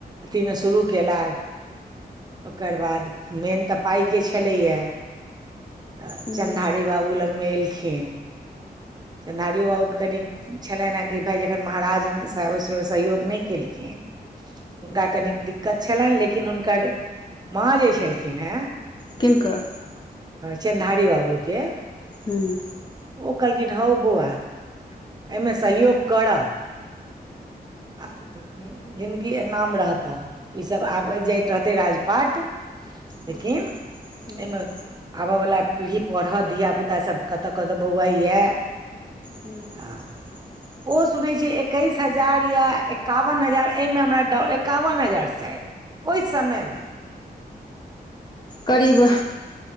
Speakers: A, on the right; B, on the left.
A: अथीमे शुरू कयला ओकर बाद मेन तऽ पाइके छलैया तऽ
B: हूँ
A: चनधारी बाबू लगमे एलखिन चन्दारिओ बाबूके कनि छलनि हेँ कि भाय जखन महाराज साहेब ओहि सममे सहयोग नहि केलखिन हुनका कनिक दिक्कत छलनि लेकिन हुनकर माँ जे छलखिन हैं
B: किनकर
A: चन्दाड़ी बाबूके
B: हूँ
A: ओ कहलखिन हौ बौआ एहिमे सहयोग करब आ जिन्दगी नाम रहतह ईसभ आबैत जाइत रहतै राजपाट
B: हूँ
A: लेकिन
B: हूँ
A: एहिमे आबय वला पीढ़ी पढ़त धिय पुता सब कत क बौआइ यए
B: हूँ
A: आ
B: <inaudible>
A: ओ सुनै छीये एकैस हजार या एकावन हजार एहिमे हमरा एकावन हजार शायद ओहि समयमे
B: करीब ह